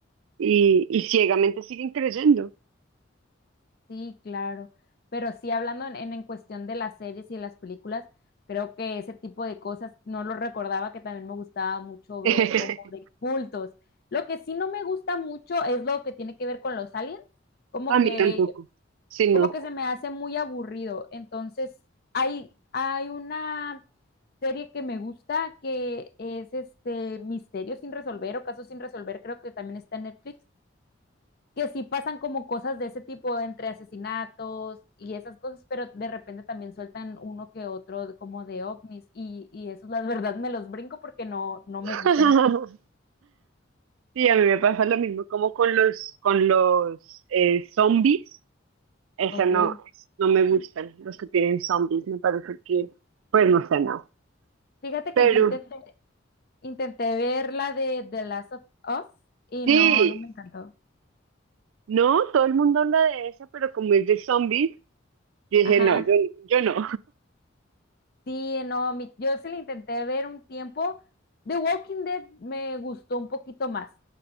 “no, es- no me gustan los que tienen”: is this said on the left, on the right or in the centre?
Right